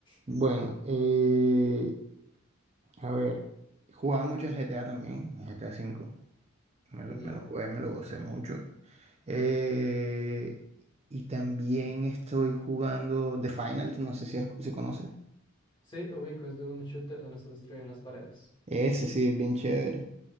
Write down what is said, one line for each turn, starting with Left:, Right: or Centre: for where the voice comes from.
Right: Bueno,
Left: <laughs>
Right: eh, a ver, jugaba mucho GTA también, GTA cinco, Me
Left: ¿Ya?
Right: lo, me lo jugué, me lo gocé mucho. Eh, y también estoy jugando The Final, no sé si, has- si conoces.
Left: Sí, ubico, es de un shooter donde se destruyen las paredes.
Right: Ese sí, es bien chévere.